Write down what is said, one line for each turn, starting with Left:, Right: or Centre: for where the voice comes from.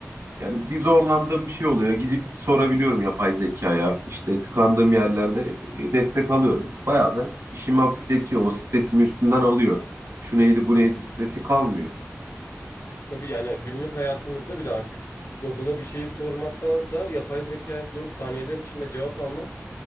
Right: Yani bir zorlandığım bir şey oluyor. Gidip sorabiliyorum yapay zekaya. İşte tıkandığım yerlerde e, destek alıyorum. Bayağı da işimi hafifletiyor. O stresimi üstünden alıyor. Şu neydi bu neydi stresi kalmıyor.
Left: Tabii yani günlük hayatımızda bile artık Google'a bir şeyi sormaktansa yapay zekaya sorup saniyeler içinde cevap almak